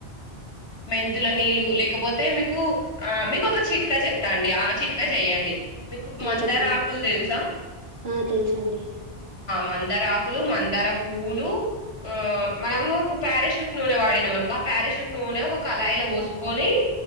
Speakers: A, on the left (about 80°); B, on the right (about 70°).
A: మెంతుల నీళ్ళు లేకపోతే తే మీకు ఆ మీకు ఒక చిట్కా చెప్తా అండి ఆ చిట్కా చెయ్య అండీ మీ
B: ఆ!
A: మందారా
B: చెప్పండి.
A: అకల్ టెలుసా
B: ఆ! తెలుసండి.
A: మందార ఆకులు మందార పువులు ఆ మనము ఇప్పుడు పారాషూట్ నూనె వాడినా అనుకో ఆ పారాషూట్ నూనె ఒక కళాయిలో పోసుకొని